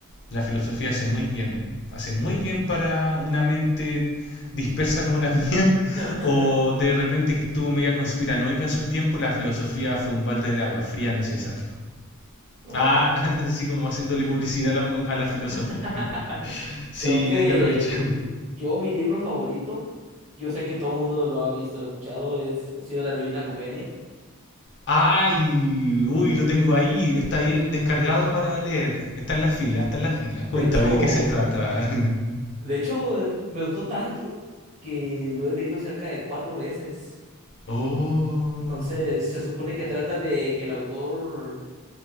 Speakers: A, on the left (about 55°); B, on the right (about 30°).
A: La filosofía hace muy bien. Hace muy bien para una mente dispersa como la mía, <laughs>
B: <laughs>
A: o de repente que estuvo media conspiranoica en su tiempo, la filosofía fue un balde de agua fría necesario.
B: No.
A: Ah, <laughs> así como haciéndole publicidad a la, a la filosofía.
B: <laughs>
A: <laughs> Sí,
B: Creo que
A: hay que aprovechar.
B: yo, mi libro favorito, yo sé que todo el mundo lo ha visto, lo ha escuchado, es, ha sido La Divina Comedia.
A: Ay, uy, lo tengo ahí, está bien descargado para leer. Está en la fila, está en la fila.
B: De
A: Cuéntame,
B: hecho,
A: ¿de qué se trata? <laughs>
B: de hecho, eh, me gustó tanto que lo he leído cerca de cuatro veces.
A: Oh.
B: Entonces, se supone que trata de que el autor